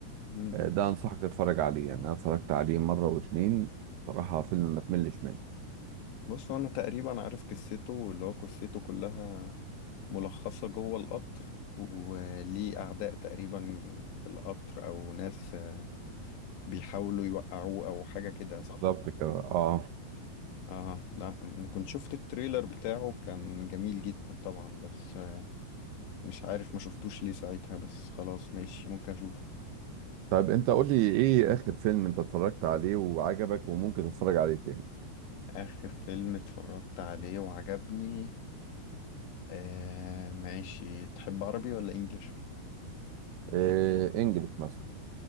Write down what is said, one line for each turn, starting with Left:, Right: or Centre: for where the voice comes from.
Left: مم.
Right: آه، ده انصحك تتفرج عليه يعني انا اتفرجت عليه مرة واتنين بصراحة فيلم ما تملش منه
Left: بص أنا تقريبا عارف قصته اللي هو قصته كلها ملخصة جوه القطر وليه أعداء تقريبا في القطر أو ناس أه، بيحاولوا يوقعوه أو حاجة كده صح؟
Right: بالظبط كده اه
Left: اه لا انا كنت شفت التريلر بتاعه كان جميل جدا طبعا بس آه، مش عارف ما شفتوش ليه ساعتها بس خلاص ماشي ممكن اشوف
Right: طيب انت قول لي ايه اخر فيلم انت اتفرجت عليه وعجبك وممكن تتفرج عليه تاني
Left: اخر فيلم اتفرجت عليه وعجبني آه ماشي تحب عربي ولا انجليش
Right: آه، انجلش مثلا